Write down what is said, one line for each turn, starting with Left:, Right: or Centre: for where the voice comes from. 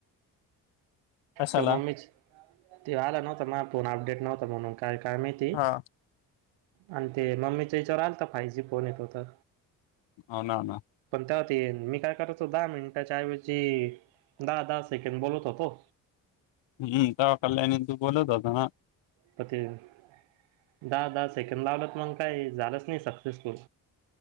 Left: कशाला
Right: तो मम्मीच. ते आला नव्हता. माझा फोन अपडेट नव्हता. म्हणून काय काय माहिती?
Left: हा
Right: आणि ते मम्मीच्या याच्यावर आलता फाइव्ह जी फोन ये तो तर.
Left: होन नाना..
Right: तेव्हा ते मी काय करायचो? दहा मिनिटाच्या ऐवजी दहा दहा सेकंड बोलत होतो.
Left: हम्म तेव्हा कल्याणी शी बोलत होता ना?
Right: प ते दहा दहा सेकंड लावलंत मगं काही झालंच नाही सक्सेसफुल.